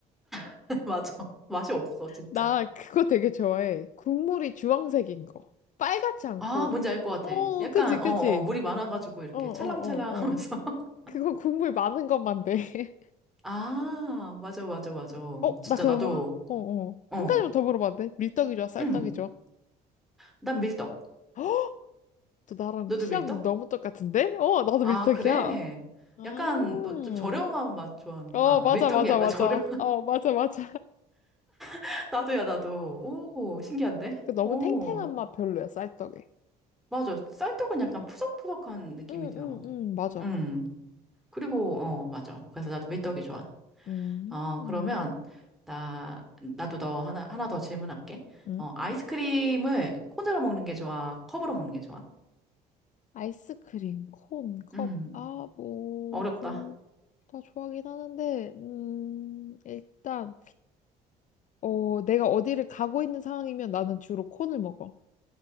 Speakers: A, in the centre; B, on the left.
A: <laughs> 맞아. 맛이 없어, 진짜.
B: 나 그거 되게 좋아해. 국물이 주황색인 거. 빨갛지 않고.
A: 아, 뭔지 알 것 같아.
B: 어,
A: 약간
B: 그치, 그치.
A: 어, 어, 물이 많아가지고 이렇게
B: 어, 어, 어,
A: 찰랑찰랑하면서.
B: 어.
A: <laughs>
B: 그거 국물 많은 것만 돼. <laughs>
A: 아, 맞아, 맞아, 맞아.
B: 어,
A: 진짜
B: 나 그럼,
A: 나도
B: 하- 어, 어.
A: 어,
B: 한 가지만 더 물어봐도 돼? 밀떡이 좋아, 쌀떡이
A: 응.
B: 좋아?
A: 난 밀떡.
B: <gasps> 또 나랑
A: 너도
B: 취향
A: 밀떡?
B: 너무 똑같은데? 어, 나도
A: 아,
B: 밀떡이야.
A: 그래?
B: 아.
A: 약간 너 좀 저렴한 맛 좋아하는구나.
B: 어, 맞아,
A: 밀떡이
B: 맞아,
A: 약간
B: 맞아.
A: 저렴.
B: 어, 맞아, 맞아.
A: <laughs> 나도야, 나도. 오, 신기한데?
B: <laughs> 그 너무
A: 오,
B: 탱탱한 맛 별로야, 쌀떡이.
A: 맞아. 쌀떡은 약간 푸석푸석한 느낌이
B: 응,
A: 들어.
B: 응, 응, 맞아.
A: 음. 그리고 어, 맞아. 그래서 나도 밀떡이 좋아.
B: 음,
A: 어, 그러면 나 나도 너 하나 하나 더 질문할게.
B: 응?
A: 어, 아이스크림을 콘으로 먹는 게 좋아? 컵으로 먹는 게 좋아?
B: 아이스크림, 콘, 컵,
A: 음.
B: 아, 뭐,
A: 어렵다.
B: 둘 다 좋아하긴 하는데, 음, 일단, 어, 내가 어디를 가고 있는 상황이면 나는 주로 콘을 먹어.